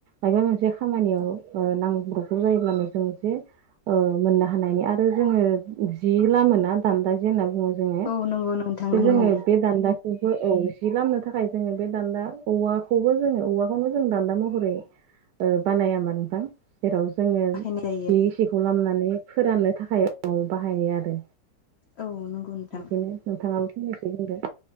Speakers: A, on the right (about 75°); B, on the left (about 80°).
A: माबा मोनसे खामानियाव
B: औ
A: ओ नांब्रग्रौ जायोब्लानो जों जे ओ मोननो हानायनि आरो जोङो जि लामोना दान्दा जे होनना बुङो जोङो
B: औ नंगौ नोंथां नंगौ
A: जोङो बे दान्दा औ जि लामनो थाखाय जोङो बे दान्दा औवाखौबो जोङो औवाखौनो जों दान्दा महरै ओ बानाया होमबा नोंथां जेराव जोङो
B: बाहायनाय
A: जि
B: जायो
A: गिसिखौ लामनानै फोराननो थाखाय बाहायनाय आरो
B: औ नंगौ नोंथां
A: बिदिनो नोंथाङाल' फैनोसै बुंदो